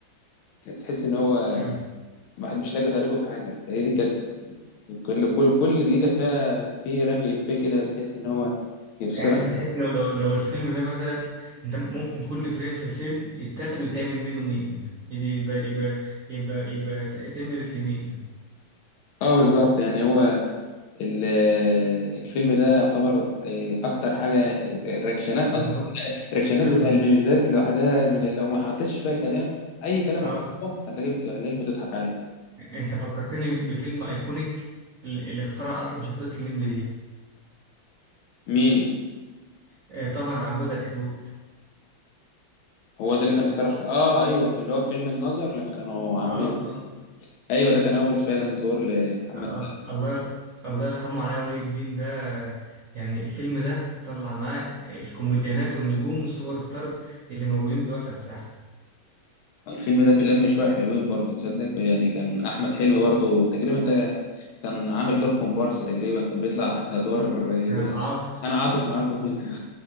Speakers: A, on the left; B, on the right.
A: كانت تحس ان هو
B: مم.
A: الواحد مش لاقي طريقه في حاجه فهي دي كانت كل كل كل دقيقه فيها في رمي افيه كده تحس ان هو يفصلك
B: يعني انت تحس لو لو لو الفيلم ده مثلا انت ممكن كل فريم في الفيلم يتاخد وتعمل منه ميم يعني يبقى يبقى يبقى يبقى تمبلت لميم
A: اه بالظبط يعني هو ال- آه، الفيلم ده يعتبر آه، اكتر حاجه الرياكشنات اصلا
B: انت فك...
A: الرياكشنات
B: ايوه
A: بتاع الميمزات لوحدها من
B: انت...
A: غير- لو ما حطيتش فيها كلام اي كلام
B: اه
A: هتحطه هتلاقيك بت- هتلاقيك بتضحك عليه
B: انت فكرتني بفيلم ايكونيك اللي اللي اخترع اصلا شخصية الليمب دي
A: مين
B: آه طبعا عبود على الحدود
A: هو ده اللي كان اخترع ش- اه ايوه اللي هو فيلم النظر لما كانوا عاملين
B: اه اه,
A: ايوه ده كان اول فعلا زور لمحمد
B: آه. آه.
A: سعد
B: الله ير... الله يرحمه علاء ولي الدين ده آه، يعني الفيلم ده طلع معاه الكوميديانات والنجوم والسوبر ستارز اللي موجودين دلوقتي على الساحة
A: الفيلم ده في لم شويه حلوين برضه تصدق يعني كان احمد حلمي برضه تقريبا ده كان عامل دور كومبارس تقريبا كان بيطلع <laughs> ادوار يقول
B: آه،
A: لك
B: عاطف
A: انا عاطف معاكم هنا